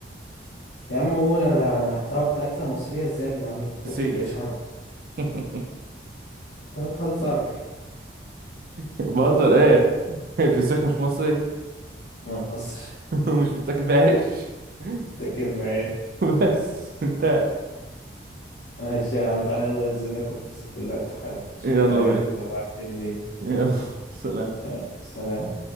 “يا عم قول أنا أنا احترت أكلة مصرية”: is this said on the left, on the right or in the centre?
Left